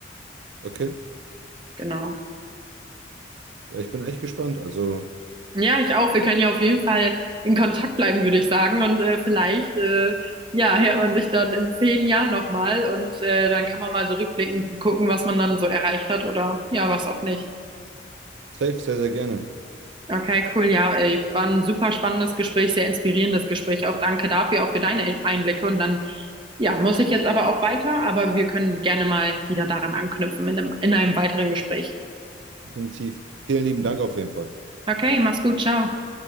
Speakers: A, on the right; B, on the right.
A: Okay.
B: Genau.
A: Ja, ich bin echt gespannt. Also
B: Ja, ich auch. Wir können ja auf jeden Fall in Kontakt bleiben, würde ich sagen. Und äh, vielleicht, äh, ja, hört man sich dann in zehn Jahren nochmal und äh, dann kann man mal so rückblickend gucken, was man dann so erreicht hat oder ja, was auch nicht.
A: safe, sehr, sehr gerne.
B: Okay, cool. Ja, ey, war ein super spannendes Gespräch, sehr inspirierendes Gespräch. Auch danke dafür, auch für deine Einblicke. Und dann, ja, muss ich jetzt aber auch weiter, aber wir können gerne mal wieder daran anknüpfen in einem, in einem weiteren Gespräch.
A: Definitiv. Vielen lieben Dank auf jeden Fall.
B: Okay, mach's gut, ciao.